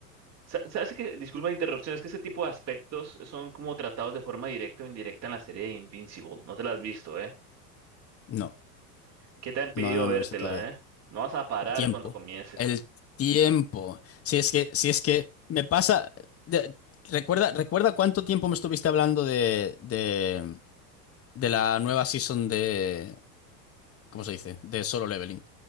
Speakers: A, on the right (about 35°); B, on the left (about 30°).
A: sa- sabes que, disculpa la interrupción, es que ese tipo de aspectos son como tratados de forma directa o indirecta en la serie de Invincible, no te la has visto, ¿eh?
B: No,
A: ¿Qué te ha impedido
B: no, no no
A: vértela,
B: lo he visto todavía.
A: eh? No vas a parar
B: El tiempo.
A: cuando comiences,
B: El tiempo. Si es que, si es que me pasa. de- recuerda, recuerda cuánto tiempo me estuviste hablando de, de, de la nueva season de. ¿Cómo se dice? De Solo Leveling.